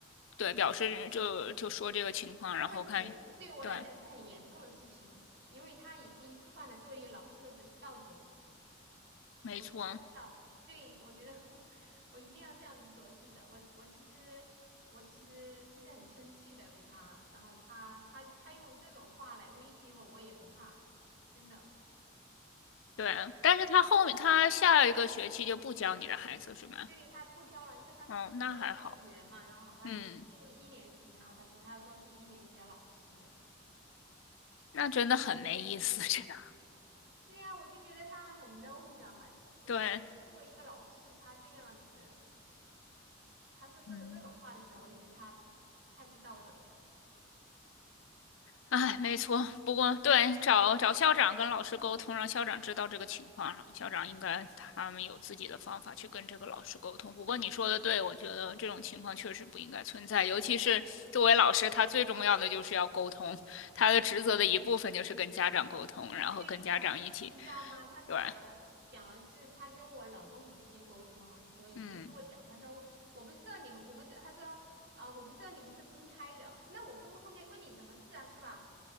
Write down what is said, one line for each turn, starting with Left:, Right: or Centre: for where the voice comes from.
Left: 对表示就就说这个情况，
Right: 这个问题对我来讲是很严重的事情，
Left: 然后看，对，
Right: 因为他已经触犯了作为老师的准道德。
Left: 没错，
Right: 我觉得他知道，对，我觉得 <laughs> 我一定要这样子做。是的，我我其实我其实其实很生气的对他，然后他他他用这种话来威胁我，我也不怕，真的。
Left: 对，但是他后面他下一个学期就不教你的孩子是吗？
Right: 对，他不教了，因为他是教幼儿园嘛，
Left: 哦，那还好，
Right: 然后马上进入一年级，
Left: 嗯，
Right: 然后他说他要告诉一年级的老师。
Left: 那真的很没意思，这个，
Right: 对呀，我就觉得他很 low，你知道吗？我觉得作为一个老师，
Left: 对，
Right: 他这个样子，他说这个这种话的时候，
Left: 嗯。
Right: 我就觉得他太不道德了。
Left: 哎，没错。不过，对，找找校长跟老师沟通，让校长知道这个情况，然后校长应该他们有自己的方法去跟这个老师沟通。不过你说的对，我觉得这种情况确实不应该存在，尤其是作为老师，他最重要的就是要沟通，他的职责的一部分就是跟家长沟通，然后跟家长一起，
Right: 对，他说，你知道吗？他跟我讲了，
Left: 对，
Right: 讲了是他跟我老公已经先沟通了。他说已经跟我讲，
Left: 嗯，
Right: 他说我不知道你们，我不是，他说啊、我不知道你们是分开的，那我分不分开关你什么事啊，是吧？